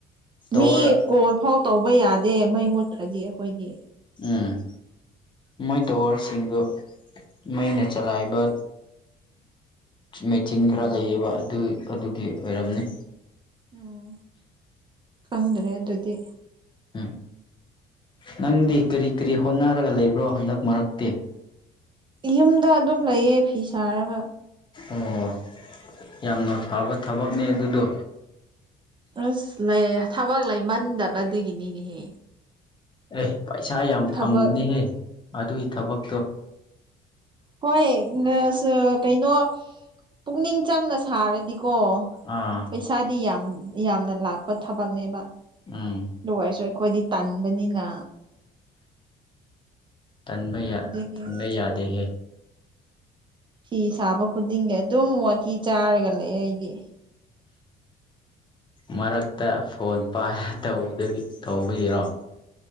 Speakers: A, on the left; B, on the right.
A: ꯇꯋꯔ
B: ꯃꯤ ꯀꯣꯜ ꯐꯥꯎ ꯇꯧꯕ ꯌꯥꯗꯦ ꯃꯩ ꯃꯨꯠꯈ꯭ꯔꯗꯤ ꯑꯩꯈꯣꯏꯗꯤ
A: ꯎꯝ ꯃꯣꯏ ꯇꯋꯥꯔꯁꯤꯡꯗꯨ ꯃꯩꯅ ꯆꯂꯥꯏꯕ ꯃꯦꯆꯤꯟ
B: ꯎꯝ
A: ꯈꯔ ꯂꯩꯌꯦꯕ ꯑꯗꯨ ꯑꯗꯨꯒꯤ ꯑꯣꯏꯔꯝꯅꯤ
B: ꯎꯝ ꯈꯪꯗ꯭ꯔꯦ ꯑꯗꯨꯗꯤ
A: ꯎꯝ ꯅꯪꯗꯤ ꯀꯔꯤ ꯀꯔꯤ ꯍꯣꯠꯅꯔꯒ ꯂꯩꯕ꯭ꯔꯣ ꯍꯟꯗꯛ ꯃꯔꯛꯇꯤ
B: ꯌꯨꯝꯗ ꯑꯗꯨꯝ ꯂꯩꯌꯦ ꯐꯤ ꯁꯥꯔꯒ
A: ꯑꯣ ꯌꯥꯝꯅ ꯐꯕ ꯊꯕꯛꯅꯦ ꯑꯗꯨꯗꯣ
B: ꯑꯁ ꯂꯩ ꯊꯕꯛ ꯂꯩꯃꯟꯗꯕꯗꯒꯤꯅꯤꯅꯦꯍꯦ
A: ꯑꯦ ꯄꯩꯁꯥ ꯌꯥꯝ ꯐꯪꯕꯅꯦꯍꯦ
B: ꯊꯕꯛ
A: ꯑꯗꯨꯏ ꯊꯕꯛ
B: ꯍꯣꯏ ꯅ ꯁ ꯀꯩꯅꯣ ꯄꯨꯛꯅꯤꯡ ꯆꯪꯅ ꯁꯥꯔꯗꯤꯀꯣ
A: ꯑꯥ
B: ꯄꯩꯁꯥꯗꯤ ꯌꯥꯝ ꯌꯥꯝꯅ ꯂꯥꯛꯄ ꯊꯕꯛꯅꯦꯕ
A: ꯎꯝ
B: ꯑꯗꯨ ꯑꯣꯏꯔꯁꯨ ꯑꯩꯈꯣꯏꯗꯤ ꯇꯥꯟꯕꯅꯤꯅ
A: ꯇꯟꯕ ꯌꯥ
B: ꯑꯗꯒꯤ
A: ꯇꯟꯕ ꯌꯥꯗꯦꯍꯦ
B: ꯐꯤ ꯁꯥꯕ ꯈꯨꯗꯤꯡꯒꯤ ꯑꯗꯨꯝ ꯋꯥꯊꯤ ꯆꯥꯔꯒ ꯂꯩꯌꯦ ꯑꯩꯗꯤ
A: ꯃꯔꯛꯇ ꯐꯣꯟ ꯄꯥꯏ ꯇꯧꯕꯗꯒꯤ ꯇꯧꯕꯒꯤꯔꯣ